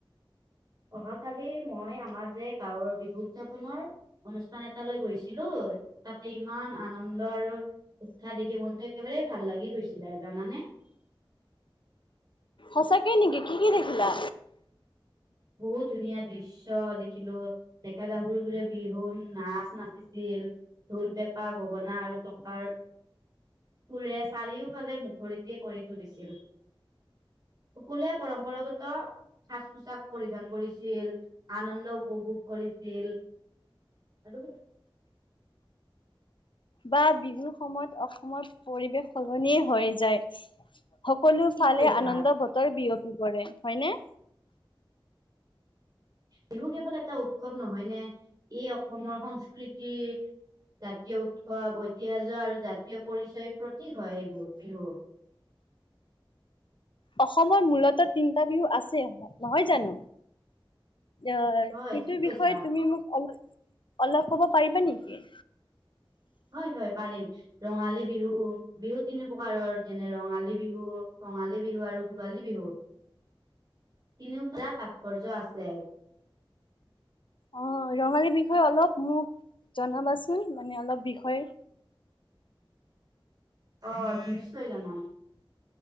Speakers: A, on the right; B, on the left.
A: অহাকালি মই আমাৰ যে গাঁৱৰ বিহু উদযাপনৰ অনুষ্ঠান এটাালৈ গৈছিলো তাতে ইমান আনন্দ আৰু উৎখাহ দেখে মনতো একেবাৰাৰে ভাল লাগি গৈছিলে আৰু, জানানে!
B: সঁচাকৈ নেকি, কি কি দেখিলা?
A: বহুত ধুনীয়া দৃশ্য দেখিলো, ডেকা গাভৰিবোৰে বিহু নাচ নাচিছিল, ঢোল পেঁপা গগনা আৰু টকাৰ সুৰে চাৰিওফালে মুখৰিতে কৰি তুলিছিল, সকলোৱে পৰম্পৰাগত সাজ পোছাক পৰিধান কৰিছিল, আনন্দ উপভোগ কৰিছিল আৰু
B: বা বিহুৰ সময়ত অসমৰ পৰিৱেশ সলনিয়ে হৈ যায়। সকলো
A: ঠিক
B: ফালে
A: কৈছা
B: আনন্দ বতৰ বিয়পি কি কৰে হয়নে!
A: বিহু কেৱল এটা উৎ খুৱ নহয় নে এই অসমৰ সংস্কৃতি জাতীয় উৎসৱ ঐতিহ্য আৰু জাতীয় পৰিচয়ৰ প্ৰতীক হয় এইবোৰ বিহু
B: অসমৰ মূলতঃ তিনিটা বিহু আছে নহয় জানো। অঁ সেইটো
A: হয় ঠিক কৈছা
B: বিষয়ে তুমি মোক অলপ অলপ ক'ব পাৰিবা নেকি
A: হয় হয় পাৰিম ৰঙালী বিহু বিহু তিনি প্ৰকাৰৰ যেনে ৰঙালী বিহু ৰঙালী বিহু আৰু ভোগালী বিহু তিনিওটাটা তাৎপৰ্য আছে
B: অঁ ৰঙালীৰ বিষয়ে অলপ মোক জনাবাচোন মানে অলপ বিষয়।
A: অঁ নিশ্চয় জনাম